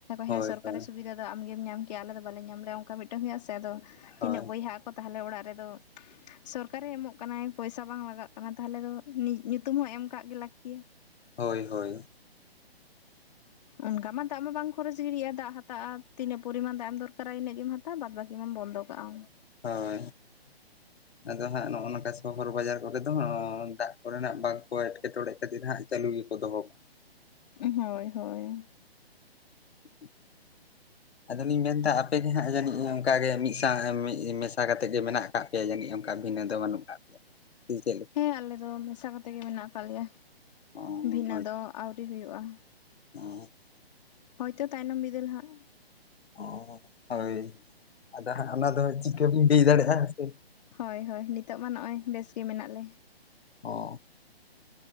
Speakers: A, on the left (about 75°); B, on the left (about 40°).
A: ᱦᱳᱭ
B: ᱦᱮ ᱥᱚᱨᱠᱟᱨᱤ
A: ᱦᱳᱭ
B: ᱥᱩᱵᱤᱫᱟ ᱟᱫᱚ ᱟᱢᱜᱮᱢ ᱧᱟᱢ ᱠᱮᱜ-ᱟ ᱟᱞᱮ ᱫᱚ ᱵᱟᱞᱮ ᱧᱟᱢ ᱞᱮ-ᱟ ᱚᱱᱠᱟ ᱢᱤᱫᱴᱮᱱ ᱦᱩᱭᱩᱜ-ᱟ ᱥᱮ, ᱟᱫᱚ
A: ᱦᱳᱭ
B: ᱛᱤᱱᱟᱹᱜ ᱵᱚᱭᱦᱟ ᱛᱟᱦᱚᱞᱮ ᱚᱲᱟᱜ ᱨᱮᱫᱚ ᱥᱚᱨᱠᱟᱨᱮ ᱮᱢᱚᱜ ᱠᱟᱱᱟᱭ ᱯᱚᱭᱥᱟ ᱵᱟᱝ ᱞᱟᱜᱟᱜ ᱠᱟᱱᱟ ᱛᱟᱦᱚᱞᱮ ᱫᱚ ᱧᱩᱛᱩᱢ ᱦᱚᱸ ᱮᱢ ᱠᱟᱜ ᱜᱮ ᱞᱟᱹᱠᱛᱤᱤᱭᱟ ᱾
A: ᱦᱳᱭ ᱦᱳᱭ ᱾
B: ᱚᱱᱠᱟ ᱢᱟ ᱫᱟᱜ ᱢᱟ ᱵᱟᱝ ᱠᱷᱚᱨᱚᱪ ᱜᱤᱰᱤᱜ-ᱟ ᱫᱟᱜ ᱦᱟᱛᱟᱜ-ᱟ ᱛᱤᱱᱟᱹᱜ ᱯᱚᱨᱤᱢᱟᱱ ᱫᱟᱜ ᱮᱢ ᱫᱚᱨᱠᱟᱨᱟ ᱤᱱᱟᱹᱜ ᱜᱮᱢ ᱦᱟᱛᱟᱣᱟ ᱵᱟᱫ ᱵᱟᱹᱠᱤ ᱢᱟᱢ ᱵᱚᱱᱫᱚ ᱠᱟᱜ-ᱟ᱾
A: ᱦᱳᱭ ᱾ ᱟᱫᱚ ᱦᱟᱸᱜ ᱱᱚᱜᱼᱚ ᱱᱚᱝᱠᱟ ᱟᱫᱚ ᱦᱟᱸᱜ ᱱᱚ ᱱᱚᱝᱠᱟ ᱥᱚᱦᱚᱨ ᱵᱟᱡᱟᱨ ᱠᱚᱨᱮ ᱫᱚ ᱫᱟᱜ ᱠᱚᱨᱮᱱᱟᱜ ᱵᱟᱝ ᱠᱚ ᱮᱴᱠᱮᱴᱚᱬᱮ ᱠᱷᱟᱹᱛᱤᱨ ᱦᱟᱸᱜ ᱪᱟᱹᱞᱩ ᱜᱮᱠᱚ ᱫᱚᱦᱚ ᱠᱟᱜ-ᱟ ᱾
B: ᱦᱳᱭ ᱦᱳᱭ ᱾
A: <unintelligible> ᱟᱫᱚ ᱞᱤᱧ ᱢᱮᱱ ᱫᱟ ᱟᱯᱮ ᱜᱮ ᱦᱟᱸᱜ ᱡᱟᱹᱱᱤᱡ ᱚᱱᱠᱟᱜᱮ ᱢᱤᱫ ᱥᱟᱶ ᱢᱮᱥᱟ ᱠᱟᱛᱮᱫ ᱜᱮ ᱢᱮᱱᱟᱜ ᱠᱟᱜ ᱯᱮᱭᱟ ᱡᱟᱹᱱᱤᱡ ᱚᱱᱠᱟ ᱵᱷᱤᱤᱱᱹ ᱫᱚ ᱵᱟᱹᱱᱩᱜ ᱠᱟᱜ ᱯᱮᱭᱟ᱾ ᱥᱮ ᱪᱮᱫ ᱞᱮᱠᱟ
B: ᱦᱮᱸ ᱟᱞᱮ ᱫᱚ ᱢᱮᱥᱟ ᱠᱟᱛᱮ ᱜᱮ ᱢᱮᱱᱟᱜ ᱟᱠᱟᱜ ᱞᱮᱭᱟ,
A: ᱚ
B: ᱵᱷᱤᱱᱟᱹ
A: ᱦᱳᱭ
B: ᱫᱚ ᱟᱣᱨᱤ ᱦᱩᱭᱩᱜ-ᱟ᱾
A: <unintelligible>
B: ᱦᱳᱭᱛᱚ ᱛᱟᱭᱱᱚᱢ ᱵᱤᱫᱟᱹᱞ ᱦᱟᱸᱜ
A: ᱚᱸ ᱦᱳᱭ ᱟᱫᱚ ᱦᱟᱸᱜ ᱚᱱᱟ ᱫᱚ ᱪᱤᱠᱟᱹ ᱵᱤᱱ ᱞᱟᱹᱭ ᱫᱟᱲᱮᱭᱟᱜ-ᱟ ᱥᱮ᱾
B: ᱦᱳᱭ ᱦᱳᱭ ᱱᱤᱛᱚᱜ ᱢᱟ ᱱᱚᱼᱚᱭ ᱵᱮᱥ ᱜᱮ ᱢᱮᱱᱟᱜ ᱞᱮ᱾
A: <unintelligible>